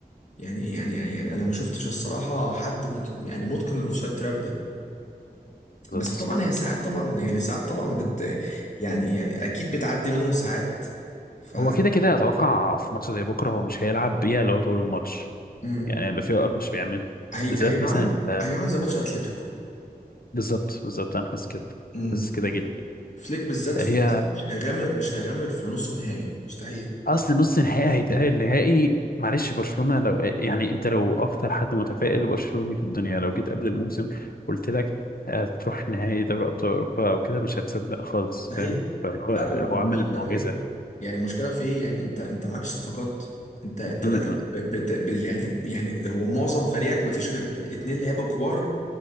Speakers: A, on the left (about 45°); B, on the left (about 65°).
A: يعني يعني يعني انا ما شفتش الصراحة حد متقن يعني متقن الاوفسايد تراب ده
B: بالظبط
A: بس طبعا
B: صح
A: هي ساعات طبعا يعني ساعات طبعا بت يعني يعني اكيد بتعدي منهم ساعات ف
B: هو كده كده اتوقع في ماتش زي بكره هو مش هيلعب بيها لو طول الماتش
A: مم.
B: يعني هيبقى في اوقات مش بيعملها
A: هي
B: بالذات
A: هيبقى
B: مثلا
A: عامل
B: آه،
A: هيبقى عامل زي ماتش اتلتيكو
B: بالظبط بالظبط انا حاسس كده
A: مم.
B: حاسس كده جدا
A: فليك بالذات
B: هي
A: فليك بالذات مش هيغامر مش هيغامر في نص نهائي مستحيل
B: اصل نص نهائي هيتأهل نهائي معلش برشلونه لو يعني انت لو اكتر حد متفائل برشلوني في الدنيا لو جيت قبل الموسم قلت لك آه، تروح نهائي دوري ابطال اوروبا او كده مش هتصدق خالص
A: مستحيل
B: فاهم فهو هو
A: لا والمشكله
B: هو عمل المعجزه
A: في ايه يعني المشكله في ايه يعني انت انت معاك صفقات انت انت
B: م-
A: داخل
B: م-
A: ب- بت... ب... يعني يعني هو معظم فريقك ما فيش غير اتنين لعيبه كبار